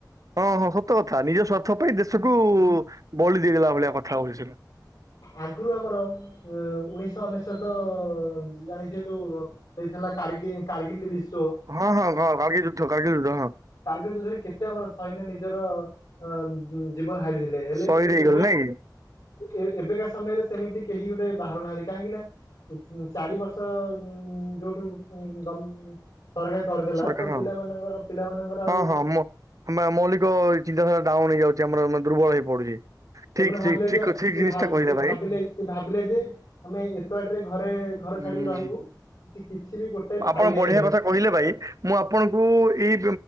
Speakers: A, on the right (about 50°); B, on the left (about 75°).
A: ହଁ ହଁ ସତ କଥା ନିଜ ସ୍ୱାର୍ଥ ପାଇଁ ଦେଶକୁ ବଳି ଦେଇ ଦେଲାଭଳିଆ କଥା ହେଉଛି ସେ
B: ଆଗରୁ ଆମର ଉଣେଶହ ଅନେଶତ ଜାଣିଥିବେ ଯୋଉ ସେଇଥିଲା କାରଗି କାର୍ଗିଲ ବିଶ୍ୱଵ
A: ହଁ ହଁ ହଁ କାର୍ଗ ଲିଯୁଦ୍ଧ କାର୍ଗଜ ଯୁଦ୍ଧ ହଁ।
B: କାର୍ଗିଲ ଯୁଦ୍ଧରେ କେତେ ଆମର ସୈନ୍ୟ ନିଜର ଅ ଜୀବନ ହାରି ଦେଲେ ହେଲେ
A: ସହିଦ
B: ଏବେ
A: ହେଇଗଲେ ନାଇଁ କି
B: ଏ ବେକା ସମୟରେ ସେମିତି କେହି ଗୋଟେ ବାହାରୁନାହାନ୍ତି କାହିଁକି ନା? ଚାରି ବର୍ଷ ଯୋଉଠୁ ଗ ସରକାର କରିଦେଲା
A: ସରକାର
B: ତ ପିଲାମାନଙ୍କର
A: ହଁ
B: ପିଲାମାନଙ୍କର ଆଉ
A: ହଁ ହଁ ମୋ ଆମେ ମୌଳିକ ଚିନ୍ତାଧାରା ଡାଉନୁହେଇଯାଉଛି ଆମରଦୁର୍ବଳ ହେଇ ପଡୁଛି। ଠିକ
B: ସେମାନେ ଭାବିଲେ
A: ଠିକ ଠିକ
B: ଯେ
A: ଠିକ
B: ସେ
A: ଜିନିଷଟା
B: ଭା
A: କହିଲେ
B: ସେ
A: ଭାଇ।
B: ଭାବିଲେ ସେ ଭାବିଲେ ଯେ ଆମେ ଏତେବାଟରେ ଘରେ ଘରେ
A: ହୁଁ।
B: ଛାଡିକି ରହିବୁ କି କିଛି ବି ଗୋଟେ
A: ଆପଣ
B: ଫାଇଦା
A: ବଢିଆ
B: ହିଁ ନାହିଁ।
A: କଥା କହିଲେ ଭାଇ ମୁଁ ଆପଣଙ୍କୁ ଏଇ